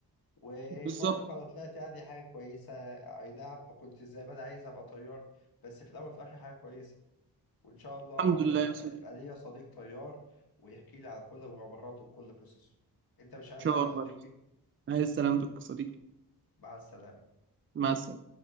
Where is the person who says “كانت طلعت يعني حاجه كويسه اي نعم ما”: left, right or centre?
Left